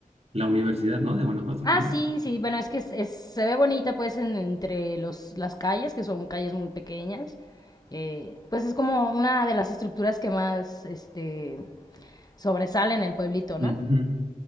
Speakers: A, on the right; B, on the left.
A: La universidad, ¿no? De Guanajuato
B: Ah,
A: también.
B: sí, sí, bueno, es que es- es- se ve bonita pues en- entre los, las calles, que son calles muy pequeñas. Eh, pues es como una de las estructuras que más este, sobresale en el pueblito, ¿no?
A: Ujú.